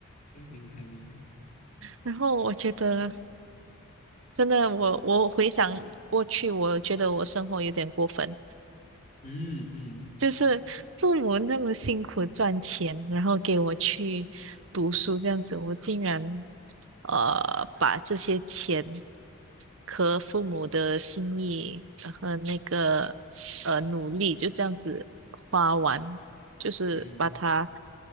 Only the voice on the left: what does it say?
诶，明白明白，
嗯嗯
嗯